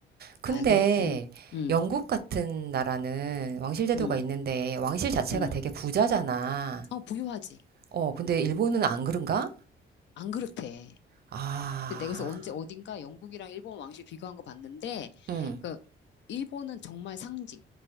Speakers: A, on the right; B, on the left.
A: 근데
B: 아, 근, 음, 음,
A: 영국 같은 나라는 왕실 제도가
B: 음,
A: 있는데 왕실 자체가
B: 음,
A: 되게 부자잖아.
B: 어, 부유하지.
A: 어, 근데
B: 음,
A: 일본은 안 그런가?
B: 안 그렇대.
A: 아,
B: 그때 내가 그래서 언제, 어딘가 영국이랑 일본 왕실 비교한 거 봤는데,
A: 음,
B: 그, 일본은 정말 상징,